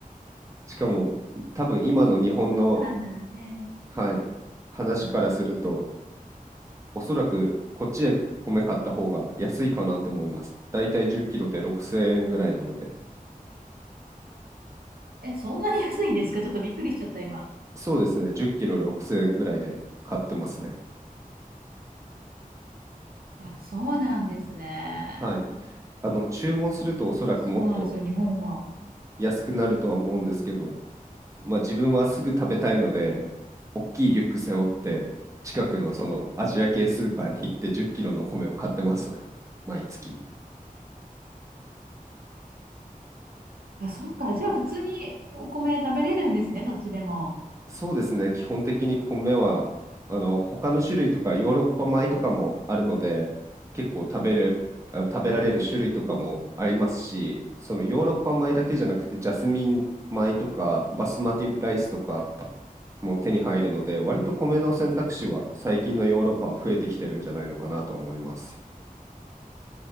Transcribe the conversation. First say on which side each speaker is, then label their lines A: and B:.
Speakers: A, on the right (about 20°); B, on the right (about 85°).
A: しかも多分今の日本の、
B: そうなんだね。
A: はい、話からすると、おそらくこっちで米買った方が安いかなと思います。だいたい10キロで6000円ぐらいなので。
B: え、そんなに安いんですかちょっとびっくりしちゃった今。
A: そうですね。10キロ6000円ぐらいで買ってますね。
B: あ、そうなんですね。
A: はい。あの、注文するとおそらくもっと
B: そうなんですよ、日本は。
A: 安くなるとは思うんですけど、まあ自分はすぐ食べたいので、大きいリュック背負って、近くのそのアジア系スーパーに行って10キロの米を買ってますね。毎月。
B: あ、そっか。じゃあ普通にお米食べれるんですね、そっちでも。
A: そうですね。基本的に米は、あの、他の種類とかヨーロッパ米とかもあるので、結構食べる、あ食べられる種類とかもありますし、そのヨーロッパ米だけじゃなくて、ジャスミン米とか、バスマティライスとか、も手に入るので、割と米の選択肢は最近のヨーロッパは増えてきてるんじゃないのかなと思います。